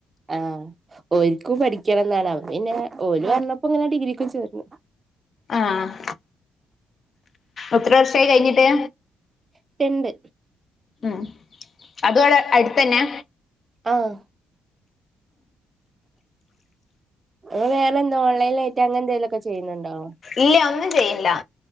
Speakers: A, on the right (about 30°); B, on the left (about 45°).
A: ആഹ് ഓര്ക്കും പഠിക്കണംന്നാണ്. പിന്നെ ഓല് പർഞ്ഞപ്പൊങ്ങനെ ഡിഗ്രീക്കും ചേർന്നു.
B: ആഹ് എത്ര വർഷായി കഴിഞ്ഞിട്ട്.
A: <unintelligible>
B: ഉം അതു അടെ അട്ത്തന്നെ.
A: ആഹ്. ഇങ്ങ വേറന്താ ഓൺലൈൻലായിട്ട് അങ്ങന്തേലുംക്കെ ചെയ്യ്ണ്ണ്ടോ.
B: ഇല്ല ഒന്നും ചെയ്യ്ല്ല.